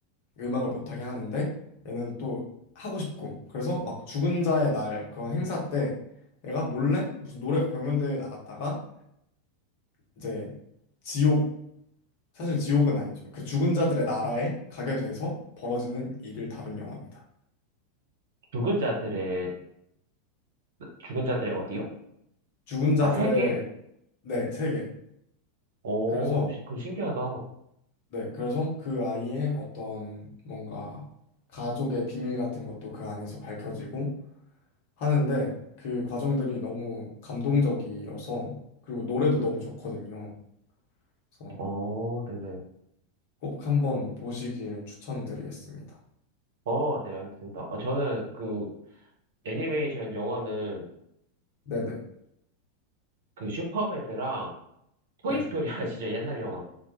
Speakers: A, on the left; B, on the right.
A: 음악을 못하게 하는데 얘는 또 하고 싶고 그래서 막 죽은 자의 날 그런 행사 때 얘가 몰래 무슨 노래 경연대회에 나갔다가 이제 지옥 사실 지옥은 아니죠. 그 죽은 자들의 나라에 가게 돼서 벌어지는 일을 다룬 영화입니다.
B: 죽은 자들의, 죽은 자들의 어디요?
A: 죽은 자들의
B: 아, 세계?
A: 네, 세계.
B: 오,
A: 그래서
B: 시- 그 신기하다.
A: 네, 그래서 그 아이의 어떤 뭔가 가족의 비밀 같은 것도 그 안에서 밝혀지고 하는데 그 과정들이 너무 감동적이어서 그리고 노래도 너무 좋거든요. 그래서
B: 어, 네네.
A: 꼭 한번 보시길 추천드리겠습니다.
B: 어, 네, 알겠습니다. 아, 저는 그 애니메이션 영화는
A: 네네.
B: 그 슈퍼배드랑 토이스토리
A: 네.
B: <laughs> 아시죠? 옛날 영화.